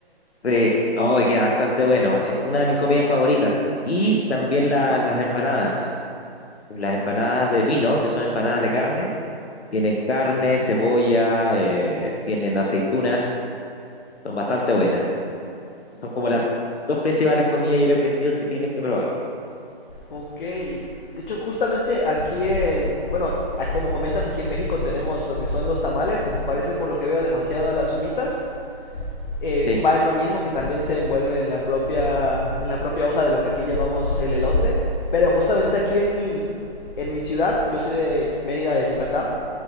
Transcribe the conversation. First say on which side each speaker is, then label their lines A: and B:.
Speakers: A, on the left; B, on the left.
A: Sí, oh, y queda bastante bueno, es una de mis comidas favoritas. Y también la- las empanadas, las empanadas de pino, que son empanadas de carne, tienen carne, cebolla, eh, tienen aceitunas, son bastante buenas. Son como las dos principales comidas, yo creo que sí o sí tienes que probar.
B: Ok. De hecho, justamente aquí en, bueno, a- como comentas, aquí en México tenemos lo que son los tamales, que se parece por lo que veo demasiado a las humitas. Eh,
A: Sí.
B: va en lo mismo que también se envuelve en la propia, en la propia hoja de lo que aquí llamamos el elote. Pero justamente aquí en mi, en mi ciudad, yo soy de Mérida, de Yucatán,